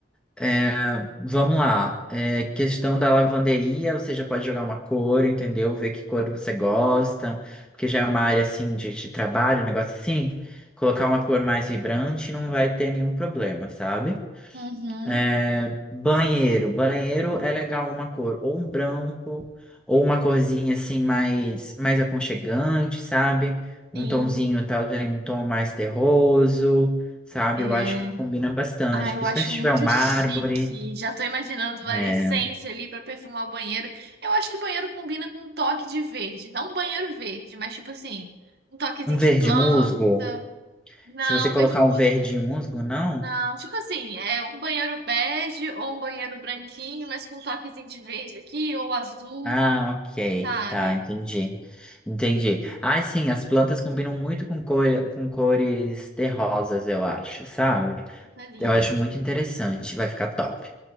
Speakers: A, in the centre; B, on the right.
A: É, vamos lá. É, questão da lavanderia, você já pode jogar uma cor, entendeu? Ver que cor você gosta, porque já é uma área assim de, de trabalho, um negócio assim. Colocar uma cor mais vibrante não vai ter nenhum problema, sabe?
B: Uhum.
A: É, banheiro. Banheiro é legal uma cor, ou um branco, ou uma corzinha assim mais, mais aconchegante, sabe? Um
B: Sim.
A: tomzinho, talvez um tom mais terroso, sabe?
B: É.
A: Eu acho que combina bastante,
B: Ah, eu
A: principalmente
B: acho
A: se
B: muito
A: tiver um mármore.
B: chique. Já tô imaginando a
A: É,
B: essência ali pra perfumar o banheiro. Eu acho que banheiro combina com um toque de verde. Não um banheiro verde, mas tipo assim, um toquezinho
A: um verde
B: de planta.
A: musgo.
B: Não,
A: Se você colocar
B: vejo música.
A: um verde musgo, não?
B: Não, tipo assim, é um banheiro bege ou um banheiro branquinho, mas com um toquezinho de verde aqui ou azul,
A: Ah, ok.
B: sabe?
A: Tá, entendi. Entendi. Ah, sim, as plantas combinam muito com, cor, com cores terrosas, eu acho, sabe?
B: Fica lindo.
A: Eu acho muito interessante. Vai ficar top.